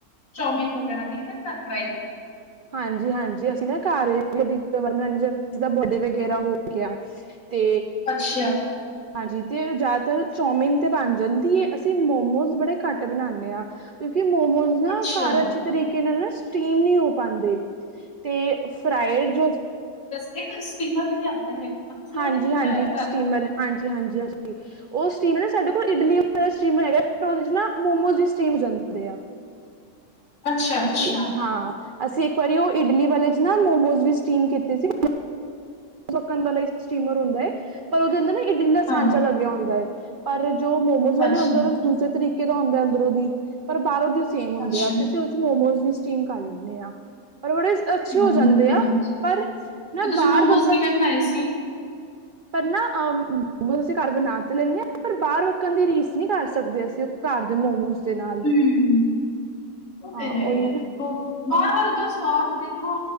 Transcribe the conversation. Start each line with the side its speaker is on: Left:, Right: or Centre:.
Left: ਚੌਮੀਨ ਵਗੈਰਾ ਕੀਤਾ ਘਰ ਟਰਾਈ?
Right: <inaudible> ਹਾਂਜੀ-ਹਾਂਜੀ, ਅਸੀਂ ਨਾ ਘਰ ਵੀ ਕਦੀ ਮਨੋਰੰਜਨ, ਕਿਸੇ ਦਾ ਬਡੇ ਵਗੈਰਾ ਹੋ ਗਿਆ। ਤੇ
Left: ਅੱਛਾ।
Right: ਹਾਂਜੀ ਤੇ ਓ ਜਾਦਾਤਰ ਚੌਮਿਨ ਤੇ ਬਣ ਜਾਂਦੀ ਏ, ਅਸੀਂ ਮੋਮੋਜ਼ ਬੜੇ ਘੱਟ ਬਨਾਨੇ ਆ। ਕਿਉਂਕਿ ਮੋਮੋਜ਼ ਨਾ
Left: ਅੱਛਾ
Right: ਘਰ ਅੱਛੇ ਤਰੀਕੇ ਨਾਲ ਨਾ ਸਟੀਮ ਨੀ ਹੋ ਪਾਂਦੇ। ਤੇ ਫਰਾਏ ਜੋ
Left: ਏਕ ਸਟੀਮਰ ਵੀ ਤੇ ਆਂਦਾ ਹੈਗਾ ਨਾ। ਤੁਸੀਂ
Right: ਹਾਂਜੀ-ਹਾਂਜੀ
Left: ਉਹ ਨਹੀਂ ਰੱਖਿਆ ਹੋਇਆ
Right: ਸਟੀਮਰ। ਹਾਂਜੀ-ਹਾਂਜੀ-ਹਾਂਜੀ। ਓ ਸਟੀਮ ਨਾ ਸਾਡੇ ਕੋਲ ਇਡਲੀਆਂ ਵਾਲਾ ਸਟੀਮਰ ਹੈਗੈ ਉਦੇ ਚ ਨਾ ਮੋਮੋਜ਼ ਵੀ ਸਟੀਮ ਹੋ ਜਾਂਦੇ ਆ।
Left: ਘਰ ਅੱਛਾ ਅੱਛਾ
Right: ਅਸੀਂ ਹਾਂ, ਅਸੀਂ ਇੱਕ ਵਾਰੀ ਓ ਇਡਲੀ ਵਾਲੇ ਚ ਨਾ ਮੋਮੋਜ਼ ਵੀ ਸਟੀਮ ਕੀਤੇ ਸੀ। ਢਕਣ ਵਾਲਾ ਈ ਸਟੀਮਰ ਹੁੰਦਾ ਏ ਪਰ ਉਦੇ ਅੰਦਰ ਨਾ ਇਡਲੀ ਦਾ
Left: ਹਾਂ
Right: ਸਾਂਚਾ ਲੱਗਿਆ ਹੁੰਦਾ ਏ। ਪਰ ਜੋ ਮੋਮੋਸ ਵਾਲੇ
Left: ਅੱਛਾ
Right: ਹੁੰਦੇ ਓਦੇ ਚ ਦੂਸਰੇ ਤਰੀਕੇ ਦਾ ਹੁੰਦੈ ਅੰਦਰੋਂ ਦੀ ਪਰ ਬਾਹਰੋਂ ਦੀ ਓ ਸੇਮ ਹੁੰਦੇ
Left: ਅੱਛਾ
Right: ਆ, ਤੇ ਅਸੀਂ ਉਦੇ ਮੋਮੋਜ਼ ਵੀ ਸਟੀਮ ਕਰ ਲੈਂਨੇ ਆ ਪਰ ਬੜੇ ਅੱਛੇ ਹੋ
Left: ਵਧੀਆ
Right: ਜਾਂਦੇ
Left: ਗੱਲ
Right: ਆ
Left: ਹੈ ਜੀ।
Right: ਪਰ ਨਾ
Left: ਤੇ ਤੁਸੀਂ
Right: ਬਾਹਰ
Left: ਮੋਮੋਜ਼
Right: ਪੱਕਣ
Left: ਕਿਵੇਂ ਬਣਾਏ ਸੀ?
Right: ਪਰ ਨਾ ਅ ਮੋਮੋਸ ਅਸੀ ਘਰ ਬਣਾ ਤੇ ਲੈਂਨੇ ਆ ਪਰ ਬਾਅਰ ਵੱਕਨ ਦੀ ਰੀਸ ਨੀ ਕਰ ਸਕਦੇ ਅਸੀਂ ਓ ਘਰ ਦੇ ਮੋਮੋਸ। ਦੇ ਨਾਲ।
Left: ਹੂੰ, ਓ
Right: ਹਾਂ
Left: ਤੇ
Right: ਉਹੀ
Left: ਹੈ ਈ ਏ
Right: ਨਾ
Left: ਫੇਰ। ਓ ਬਾਅਰ ਦੇ ਵਰ ਦਾ ਸੁਆਦ ਦੇਖੋ